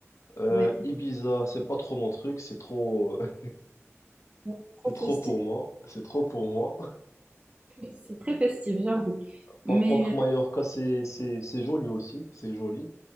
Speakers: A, on the left; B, on the right.
A: Euh,
B: Ouais,
A: Ibiza, c'est pas trop mon truc, c'est trop... <laughs>
B: Bon, Trop
A: C'est trop
B: festif,
A: pour moi, c'est trop pour moi.
B: c'est très festif, j'avoue. Mais
A: Par contre,
B: euh,
A: Mallorca, c'est c'est- c'est joli aussi, c'est joli.